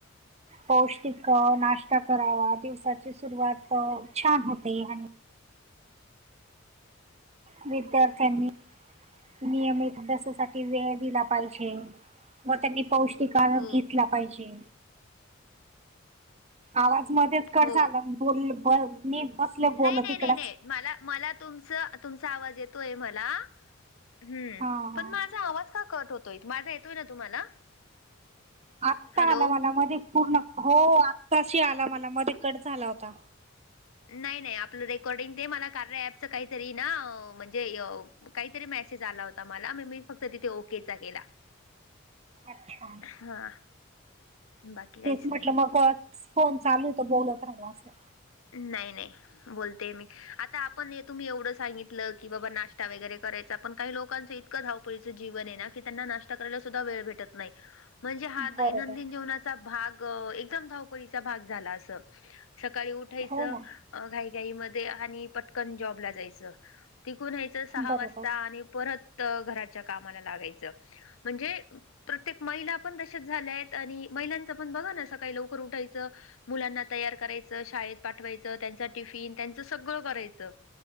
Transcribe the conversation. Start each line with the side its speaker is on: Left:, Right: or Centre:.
Right: पौष्टिक नाश्ता करावा. दिवसाची सुरुवात छान होते. आणि विद्यार्थ्यांनी नियमित, अभ्यासासाठी वेळ दिला पाहिजे. व त्यांनी पौष्टिकार
Left: हो
Right: घेतला, पाहिजे. आवाज मध्येच कट
Left: हो
Right: झाला. बोल, ब मी बसलं बोलत
Left: नाही नाही
Right: ईकडच.
Left: नाही नाही मला, मला, तुमच तुमचा आवाज येतोय मला. हम्म.
Right: हा हा
Left: पण माझा आवाज का कट होतोय? माझा येतोय ना तुम्हाला?
Right: आत्ता
Left: हॅलो
Right: आला मला. मध्ये पूर्ण. हो आत्ताशी आला मला. मध्ये कट झाला होता.
Left: नाही नाही आपलं रेकॉर्डिंग ते, मला कार्या ऍपच काहीतरी ना, म्हणजे काहीतरी मेसेज आला होता मला. म मी फक्त तिथे ओकेचा केला.
Right: अच्छा,
Left: हा बाकी काहीच
Right: तेच म्हटलं
Left: नाही.
Right: म फोन चालू तयार त बोलत राहाय असं.
Left: नाही नाही. बोलते मी. आता आपण, हे तुम्ही एवढं सांगितलं की, बाबा नाश्ता वगैरे करायच. पण काही लोकांचं ईत क धावपळीचं जीवनेना की, त्यांना नाश्ता करायला सुद्धा वे भेटत नाही. म्हणजे हा दैनंदिन
Right: बरोबर.
Left: जीवना भाग एकदम धावपळीचा भाग झाला अस. सकाळी उठायचं
Right: हो ना
Left: घाईघाईमध्ये आणि पटकन जॉबला जायचं. तिकून यायचं, सहा
Right: बरोबर
Left: वाजता, आणि परत घराच्या कामाला लागायचं. म्हणजे प्रत्येक महिला पण तशच झाल्यात. आणि महिलांचं पण बघा ना सकाळी लवकर उठायचं. मुलांना तयार करायचं. त्याना शाळेत पाठवायचं. त्यांच टिफिन. त्यांचं सगळं करायचं.